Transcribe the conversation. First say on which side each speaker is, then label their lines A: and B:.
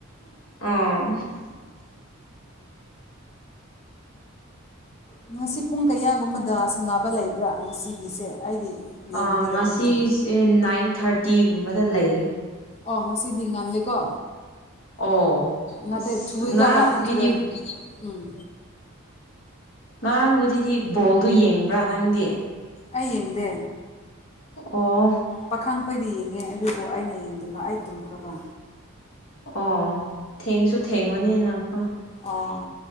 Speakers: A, on the left; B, on the left.
A: ꯑ
B: ꯉꯁꯤ ꯄꯨꯡ ꯀꯌꯥꯒꯨꯝꯕꯗ ꯁꯥꯟꯅꯕ ꯂꯩꯕ꯭ꯔꯥ ꯉꯁꯤꯒꯤꯁꯦ? ꯑꯩꯗꯤ ꯌꯦꯡꯕꯤꯗꯕꯒꯤ
A: ꯑ ꯉꯁꯤꯁꯦ ꯅꯥꯏꯟ ꯊꯥꯔꯇꯤꯒꯨꯝꯕꯗ ꯂꯩꯌꯦ꯫
B: ꯑꯣ ꯉꯁꯤꯗꯤ ꯉꯜꯂꯦꯀꯣ
A: ꯑꯣ
B: ꯅꯠꯇꯦ
A: ꯑꯁ
B: ꯊꯨꯑꯦꯀꯣ
A: ꯉꯔꯥꯡꯗꯨꯒꯤꯗꯤ
B: ꯕ ꯊꯨꯑꯦ꯫ ꯎꯝ
A: ꯉꯔꯥꯡꯕꯨꯗꯤꯗꯤ ꯕꯣꯜꯗꯨ ꯌꯦꯡꯕ꯭ꯔꯥ ꯅꯪꯗꯤ?
B: ꯑꯩ ꯌꯦꯡꯗꯦ꯫
A: ꯑꯣ
B: ꯄꯥꯈꯪ ꯈꯣꯏꯗꯤ ꯌꯦꯡꯉꯦ ꯑꯗꯨꯕꯨ ꯑꯩꯅ ꯌꯦꯡꯗꯕ ꯑꯩ ꯇꯨꯝꯈ꯭ꯔꯕ꯫
A: ꯑꯣ ꯊꯦꯡꯁꯨ ꯊꯦꯡꯕꯅꯤꯅꯀꯣ꯫
B: ꯑꯣ